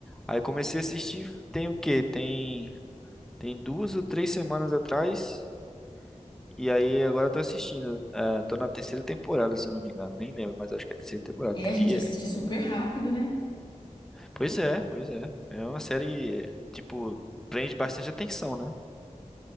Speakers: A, in the centre; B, on the left (about 35°).
A: Aí comecei a assistir, tem o quê? Tem, tem duas ou três semanas atrás. E aí agora eu tô assistindo. É, tô na terceira temporada, se eu não me engano. Nem lembro, mas acho que é a terceira temporada.
B: É, a gente
A: E
B: assiste
A: é-
B: super rápido, né?
A: pois é, pois é. É uma série, é, tipo, prende bastante atenção, né?